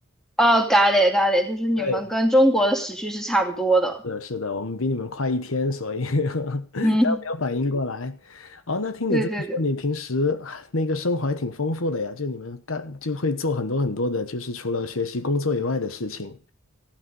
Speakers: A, in the centre; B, on the left.
A: 呃 g o t i g i 就是你们跟中国的时区是差不多的。
B: 对，是的，我们比你们快一天，所以 <laughs> 刚没有反应过来。
A: 嗯，
B: 哦，那听你这么说，
A: 对对对，
B: 你平时啊那个生活还挺丰富的呀，就你们干就会做很多很多的，就是除了学习工作以外的事情。